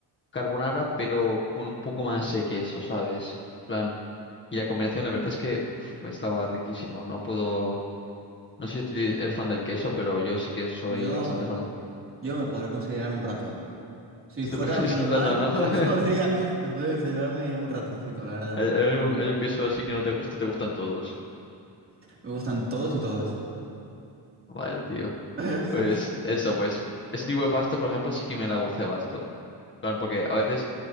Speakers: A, on the left (about 25°); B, on the right (about 30°).
A: carbonara, pero con un poco más de queso, ¿sabes? Plan. Y la combinación, la verdad es que pf, estaba riquísimo. No puedo. No sé si ti- eres fan del queso, pero yo sí que soy
B: Yo,
A: bastante fan.
B: yo me podría considerar un ratón.
A: <laughs>
B: Si
A: Tú
B: fuera
A: te puedes
B: un animal,
A: <laughs> un rato, ¿no?
B: <laughs> se
A: <laughs>
B: podría, se podría considerarme un ratoncito, la verdad.
A: Hay hay
B: A
A: un,
B: mí
A: hay un queso así que no te gusta, te gustan todos.
B: Me gustan todos y todas.
A: Vale, tío.
B: <laughs>
A: Pues eso, pues. Ese tipo de pasta, por ejemplo, sí que me la hago un cebasto. plan, Porque a veces,